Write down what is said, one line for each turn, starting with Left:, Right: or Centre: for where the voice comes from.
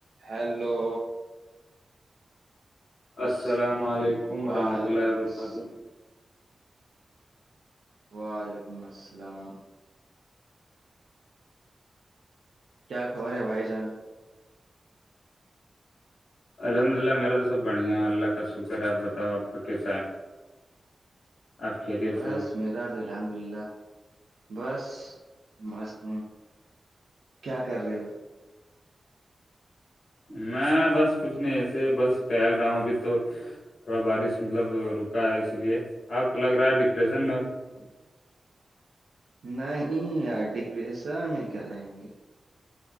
Right: ہیلو اس
Left: السلام علیکم
Right: وعلیکم
Left: ورحمۃ اللہ وبرکاتہ
Right: الس- وعلیکم السلام کیا خبر ہے بھائی جان
Left: الحمد للہ میرا تو سب بڑھیا ہے اللہ کا شکر ہے آپ بتاؤ آپ کا کیسا ہے آپ خیریت
Right: بس
Left: سے ہو
Right: میرا بھی الحمد للہ بس مست ہوں کیا کر رہے ہو
Left: میں بس کچھ نہیں ایسے بس ٹہل رہا ہوں ابھی تو تھوڑا بارش مطلب رکا ہے اسی لیے آب لگ رہا ہے ڈپریسن میں
Right: <unintelligible> نہیں ار ڈپریشن میں کیا رہیں گے